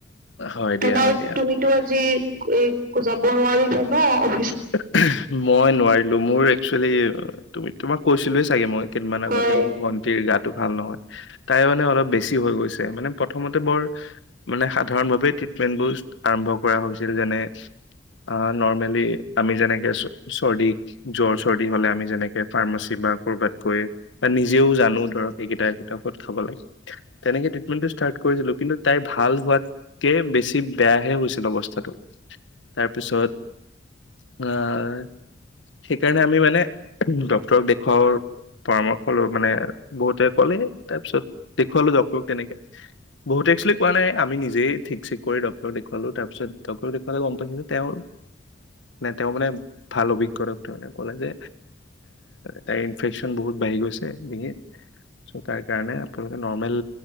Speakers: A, on the left; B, on the right.
A: হয় দিয়া,
B: তোমাৰ
A: হয় দিয়া।
B: তুমিতো আজি এই যাব নোৱাৰিলা ন অফ
A: <unintelligible> মই নোৱাৰিলো মোৰ একচু একচুয়েলি তুমি তোমাক কৈছিলোৱে চাগে মই। কেদিনমান আগতে
B: হয়
A: মোৰ ভণ্টিৰ গাটো ভাল নহয়। তাই মানে অলপ বেছি হৈ গৈছে মানে প্ৰথমতে বৰ মানে সাধাৰণভাৱে ট্ৰিটমেন্ট বোৰ আৰম্ভ কৰা হৈছিল যেনে আহ নৰ্মেলি আমি যেনেকে চৰ্দি, জ্বৰ, চৰ্দি হ'লে আমি যেনেকে ফাৰ্মাচী বা ক'বাতকৈ বা নিজ- জেও জানো ধৰক এইকেইটােইটা ক'ত খাব লাগে তেনেকে ট্ৰিটমেন্টটো ষ্টাৰ্ট কৰিছিলো। কিন্তু তাইৰ ভাল হোৱাতকে বেছি বেয়াহে হৈছিল অৱস্থাটো তাৰপিছত আহ, সেইকাৰণে আমি মানে ডক্তৰ দেখুৱাৰ পৰামৰ্শ ল মানে বহুতে ক'লে তাৰ পিছত দেখুৱালো ডক্তৰ তেনেকে, বহুতে একছুৱেলি কোৱা নাই আমি নিজেই ঠিক ঠিক কৰি ডক্তৰ দেখুৱালো তাৰ পিছত ডক্তৰ দেখুৱালে গম পাইছো তেওঁৰ নে তেওঁ মানে ভাল অভিজ্ঞতাক তেওঁ মানে ক'লে যে তাইৰ ইনফেকচন বহুত বাঢ়ি গৈছে ডিঙিত চ' তাৰ কাৰণে আপোনালোকে নৰ্মেল